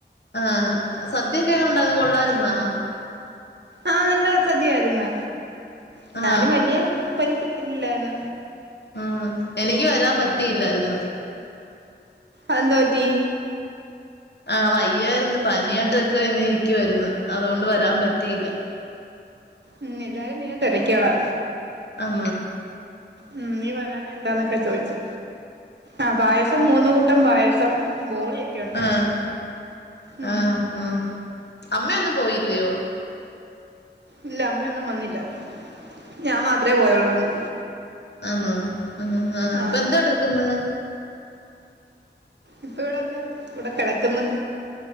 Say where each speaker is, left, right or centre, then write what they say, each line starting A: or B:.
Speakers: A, on the left (about 65°); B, on the right (about 70°).
A: ആഹ് സദ്യൊക്കെ എങ്ങനെ ഉണ്ടാര്ന്ന് കൊള്ളാരുന്നാ
B: ആഹ് നല്ല സദ്യയായിരുന്നു എന്നാലും
A: ആ
B: വല്യ <unintelligible> ഇല്ലാണ്
A: ഉം എനിക്ക് വരാൻ പറ്റിയില്ലാര്ന്ന്
B: അതെന്തോ പറ്റി
A: ആഹ് വയ്യായിരുന്നു പനിയാട്ടൊക്കെ ഇങ്ങനെ ഇരിക്കുവായിരുന്നു അതുകൊണ്ട് വരാൻ പറ്റിയില്ല
B: ഉം എല്ലാരും നിന്നെ തിരക്കോടാ
A: ആ
B: ഉം നീ വരാഞ്ഞ എന്താന്നൊക്കെ ചോയിച്ചു ആ പായസം മൂന്ന് കൂട്ടം പായസം ബോളിയൊക്കെ ഉണ്ടായിരുന്നു
A: ആഹ്
B: ഉം
A: ആഹ് ആ അമ്മയൊന്നും പോയില്യോ
B: ഇല്ല അമ്മയൊന്നും വന്നില്ല ഞാൻ മാത്രമേ പോയോള്ളൂ ഇവ്ടന്നു
A: ആന്നൊ ആ ഹ ഹ
B: ആഹ്
A: ഇപ്പൊ എന്ത് എടുക്കുന്നു
B: ഇപ്പൊ ഇവിടെ വന്ന് ഇവിടെ കിടക്കന്ന്